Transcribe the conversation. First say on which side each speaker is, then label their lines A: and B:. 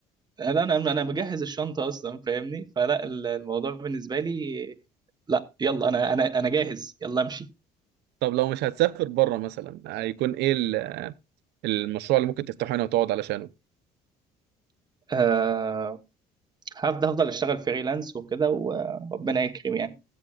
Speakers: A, on the right; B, on the right.
A: لا انا انا مجهز الشنطه اصلا فاهمني فلا ال- الموضوع بالنسبه لي لا يلا انا انا انا جاهز يلا امشي
B: طب لو مش هتسافر بره مثلا هيكون ايه ال- المشروع اللي ممكن تفتحه هنا وتقعد علشانه
A: أه هفضل هفضل اشتغل فريلانس وكده وربنا يكرم يعني